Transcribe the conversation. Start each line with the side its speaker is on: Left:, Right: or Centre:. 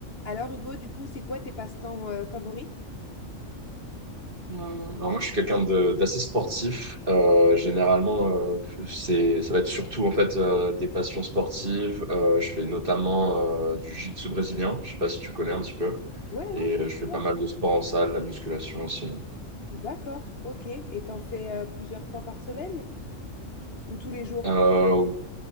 Left: Alors, Hugo, du coup, c'est quoi tes passe-temps euh, favoris?
Right: Euh, alors moi, je suis quelqu'un de- d'assez sportif. Euh, généralement, euh, c'est, ça va être surtout en fait euh, des passions sportives. Euh, je fais notamment euh, du jiu-jitsu brésilien. Je sais pas si tu connais un petit peu.
Left: Ouais, ouais,
Right: Et
Left: c'est
Right: euh,
Left: super.
Right: je fais pas mal
Left: ça.
Right: de sport en salle, la musculation aussi.
Left: D'accord, ok. Et t'en fais euh, plusieurs fois par semaine ou tous les jours?
Right: Euh,